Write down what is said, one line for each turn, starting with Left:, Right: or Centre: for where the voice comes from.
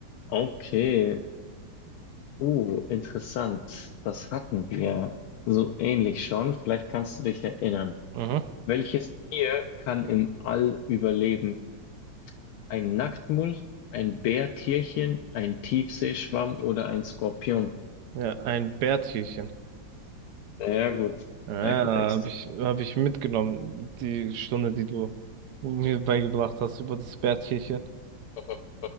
Left: okay. Uh, interessant. Das hatten wir so ähnlich schon. Vielleicht kannst du dich erinnern.
Right: Mhm.
Left: Welches Tier kann im All überleben? Ein Nacktmull, ein Bärtierchen, ein Tiefseeschwamm oder ein Skorpion?
Right: Ja, ein Bärtierchen.
Left: Sehr gut.
Right: Ja,
Left: Sehr gut,
Right: habe
Left: Dexter.
Right: ich, hab ich mitgenommen, die Stunde, die du mir beigebracht hast über das Bärtierchen.
Left: <laughs>